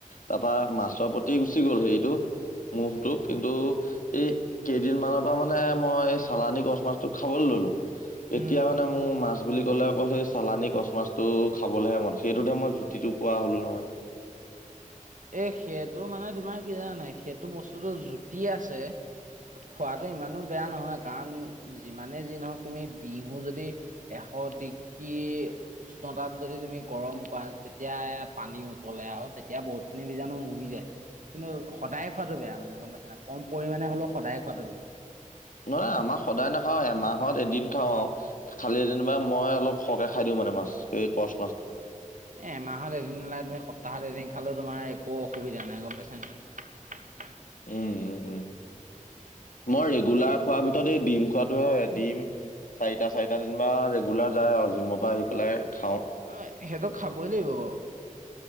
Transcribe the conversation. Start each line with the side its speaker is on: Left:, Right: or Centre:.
Left: তাৰপৰা মাছৰ প্ৰতি গুচি গ'ল হেৰিটো মুভটো কিন্তু এই কেইদিনমানৰ পৰা মানে মই এই চালানী কচ মাছটোক খাবলৈ ললো। এতিয়া
Right: উম
Left: মানে মোৰ মাছ বুলি ক'লে অকল সেই চালানি কছ মাছটো খাবলৈহে মন। সেইটোতহে মই জুতিটো পোৱা হ'লো নহয়।
Right: <inaudible> এ সেইটো মানে তোমাৰ কি জানা নাই সেইটো বস্তুটো জুতি আছে খোৱাতো ইমানো বেয়া নহয় কাৰণ যিমানে যি নহক তুমি বিহু যদি এ এশ ডগ্ৰী উষ্ণতাত যদি তুমি গৰম কৰা তেতিয়া পানী উতলে আৰু তেতিয়া বহুত খিনি বীজাণু মৰি যায়। কিন্তু সদায় খোৱাটো বেয়া মানে গম পাইছা নাই কম পৰিমাণে হলো সদায় খোৱাটো বেয়া।
Left: নহয় আমাৰ সদায় নাখাও। এমাহৰ এদিন খাওঁ আৰু খালি যেনিবা মই অলপ সৰহকে খাই দিওঁ মানে। মাছ সেই কচ মাছটো।
Right: এ এমাহত এদিন নেলাগে তুমি সপ্তাহত এদিন খালে তোমাৰ একো অসুবিধা নাই গম পাইছা নাই। <unintelligible>
Left: উম উম উম
Right: উ
Left: মই ৰেগুলাৰ খোৱাৰ ভিতৰত এই ডিম খোৱাতহে হয় ডিম চাৰিটা চাৰিটা যেনিবা ৰেগুলাৰ যায় আৰু জিমৰ পৰা আহি পেলাই। খাওঁ
Right: অ সেটো খাবই লাগিব বাৰু।